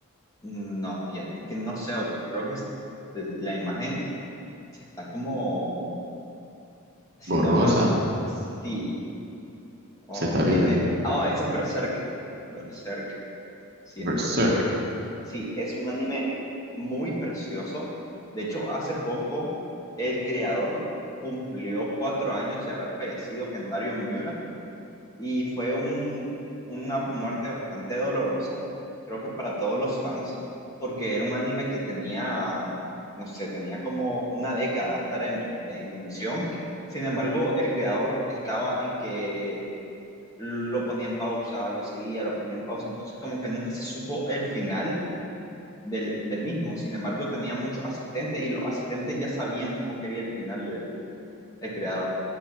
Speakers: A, on the left; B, on the right.
A: No, fíjate que no sé, o que creo que es la imagen se está como haciendo
B: borrosa.
A: más. Sí, um,
B: Se está
A: tiene.
B: viendo
A: Ah, ese es Berserk. Berserk. Sí,
B: Berserk.
A: este es Berserk. Sí, es un anime muy precioso. De hecho, hace poco el creador cumplió cuatro años de haber fallecido, Kentaro Miura. Y fue un, una muerte bastante dolorosa, creo que para todos los fans, porque era un anime que tenía, no sé, tenía como una década de estar en, de- en emisión. Sin embargo, el creador estaba en que lo ponía en pausa, lo seguía, lo ponía en pausa, entonces como que nunca se supo el final del, del mismo. Sin embargo, tenía muchos asistentes y los asistentes ya sabían cómo quería el final del el creador.